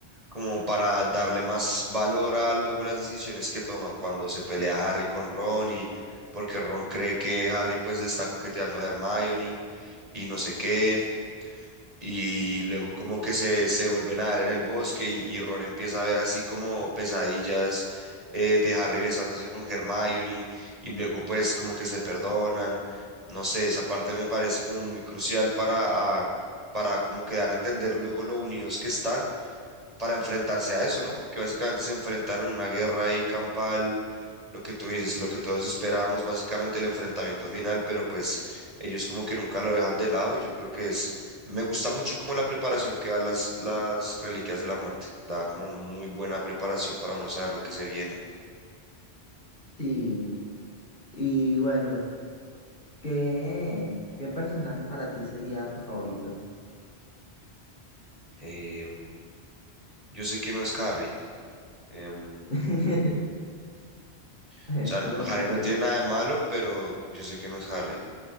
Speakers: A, on the right; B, on the left.
A: como para darle más valor a luego las decisiones que toman cuando se pelea Harry con Ron y porque Ron cree que Harry pues le está coqueteando a Hermione y no sé qué y luego como que se, se vuelven a ver en el bosque y, y Ron empieza a ver así como pesadillas eh, de Harry besándose con Hermione y luego pues como que se perdonan. No sé, esa parte me parece como muy crucial para, ah, para como que dar a entender luego lo unidos que están para enfrentarse a eso, ¿no? Porque básicamente se enfrentaron a una guerra ahí campal, lo que tú dices, lo que todos esperábamos, básicamente el enfrentamiento final, pero pues ellos como que nunca lo dejan de lado y yo creo que es, me gusta mucho como la preparación que da las, las Reliquias de la Muerte, da como muy buena preparación para uno saber lo que se viene.
B: Sí. Y bueno, ¿qué, qué personaje para ti sería tu favorito?
A: Em, yo sé que no es Harry. em,
B: <laughs>
A: o
B: Eso
A: sea, no-
B: es lo
A: no,
B: único
A: Harry
B: que
A: no
B: es.
A: tiene nada de malo, pero yo sé que no es Harry.